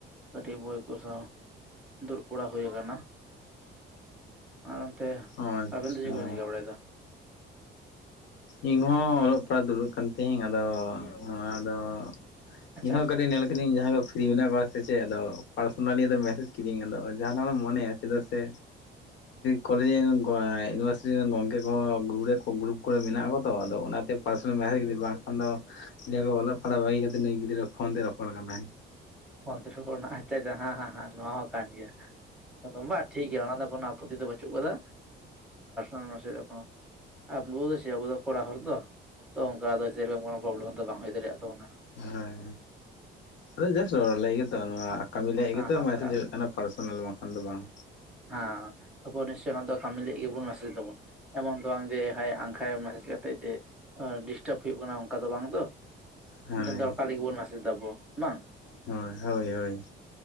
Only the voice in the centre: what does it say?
ᱠᱟᱹᱴᱤᱡ ᱵᱳᱭ ᱠᱚ ᱥᱟᱶ ᱫᱩᱲᱩᱵ ᱵᱟᱲᱟᱭ ᱦᱩᱭ ᱟᱠᱟᱱᱟ᱾ ᱟᱨ ᱮᱱᱛᱮ
ᱟᱵᱮᱱ ᱫᱚ ᱪᱮᱫ ᱠᱚᱵᱮᱱ ᱪᱤᱠᱟᱹ ᱵᱟᱲᱟᱭᱮᱫᱟ?
ᱟᱪᱪᱷᱟ
ᱟᱪᱪᱷᱟ
ᱯᱷᱚᱱ ᱛᱮ ᱨᱚᱯᱚᱲ ᱨᱮᱭᱟᱜ, ᱟᱪᱪᱷᱟ ᱦᱮᱸ ᱦᱮᱸ ᱦᱮᱸ ᱱᱚᱣᱟ ᱦᱚᱸ ᱠᱟᱱ ᱜᱮᱭᱟ ᱵᱟᱝ ᱴᱷᱤᱠ ᱜᱮᱭᱟ᱾ ᱚᱱᱟ ᱫᱚ ᱠᱳᱼᱼ <unintelligible> ᱚᱛ ᱫᱚ ᱵᱟᱪᱩᱜ ᱟᱠᱟᱫᱟ ᱚᱱᱟ-ᱼ ᱟᱵᱚ ᱫᱚ ᱠᱚᱲᱟ ᱦᱚᱲ ᱛᱚ ᱚᱱᱠᱟ ᱥᱮᱨᱚᱠᱚᱢ ᱠᱚᱲᱟ ᱦᱚᱲ ᱛᱚ, ᱚᱱᱠᱟᱱᱟ ᱯᱨᱚᱵᱽᱞᱮᱢ ᱫᱚ ᱵᱟᱝ ᱦᱩᱭ ᱫᱟᱲᱮᱭᱟᱜ ᱛᱟᱵᱚᱱᱟ᱾
ᱦᱮᱸ
ᱟᱨ
ᱦᱮᱸ ᱟᱵᱚ ᱱᱤᱥᱪᱭ ᱚᱱᱟ ᱫᱚ ᱠᱟᱹᱢᱤ ᱞᱟᱹᱜᱤᱫ ᱜᱮᱵᱚᱱ ᱢᱮᱥᱮᱡ ᱫᱟᱵᱚᱱ ᱮᱢᱚᱱ ᱫᱚ ᱵᱟᱝ ᱡᱮ ᱦᱚᱸ ᱟᱝᱠᱷᱟ ᱢᱮᱥᱮᱡ ᱠᱟᱛᱮᱜ ᱡᱮ ᱰᱤᱥᱴᱟᱵᱽ ᱦᱩᱭᱩᱜ ᱠᱟᱱᱟ, ᱚᱱᱠᱟ ᱫᱚ ᱵᱟᱝ ᱫᱚ᱾
ᱢᱤᱫᱴᱮᱱ ᱫᱚᱨᱠᱟᱨ ᱞᱟᱹᱜᱤᱫ ᱵᱚᱱ ᱢᱮᱥᱡᱽ ᱫᱟᱵᱚ ᱵᱟᱝ?